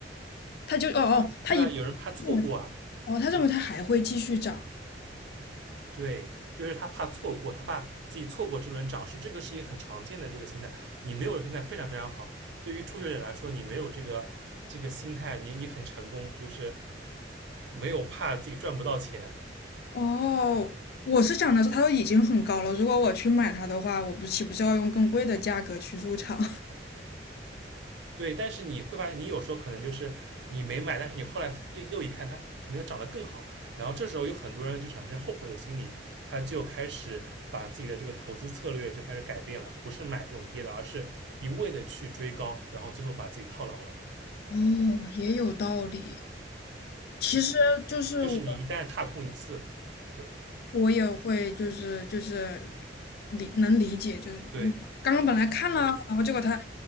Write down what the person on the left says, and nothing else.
他就哦哦，他以哦
哦，他认为它还会继续涨。
哦，我是想的是它都已经很高了，如果我去买它的话，我不岂不是要用更贵的价格去入场？
哦，也有道理。其实就是我，
我也会，就是就是理能理解，就是你刚刚本来看了，
然后结果它，